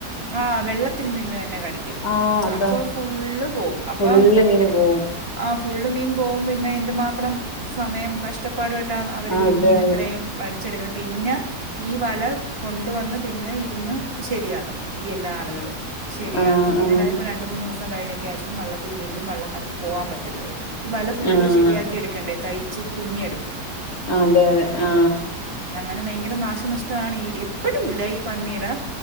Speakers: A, on the right; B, on the left.
A: ആ വെള്ളത്തിൽ നിന്ന് തന്നെ കടിക്കും
B: ആഹ് അതാ
A: അപ്പോ ഫുള്ള് പോവും അപ്പം
B: ഫുള്ള് മീന് പോവും
A: അ ഫുളള് മീൻ പോവും പിന്നെ എന്തുമാത്രം സമയം കഷ്ടപ്പാടുമായിട്ട അവര്
B: അതെ
A: ഈ മീൻ ഇത്രയും വടിച്ചെടുക്കുന്നത് പിന്നെ ഈ വല കൊണ്ടുവന്ന് പിന്നെ ഇരുന്ന് ശരിയാക്കും ഈ എല്ലാ ആളുകളും ശരിയാക്കി
B: ആഹ്
A: പിന്നെണ്ടപ്പോ
B: ആഹ്
A: രണ്ടു മൂന്ന് ദിവസം കഴിഞ്ഞൊക്കെ ആയിരിക്കും വള്ളത്തിൽ വീണ്ടും വള്ളക്കാർക്ക് പോകാൻ പറ്റുന്നത് ഫുള്ള്
B: ആഹ്
A: ശരിയാക്കി എടുക്കണ്ടേ തയ്ച്ച് തുന്നിയെടുക്കും
B: അതെ അതെ ആ
A: ന്നെ ഭയങ്കര നാശനഷ്ടമാണ് ഈ എപ്പഴും ഇല്ല ഈ പന്നിയുടെ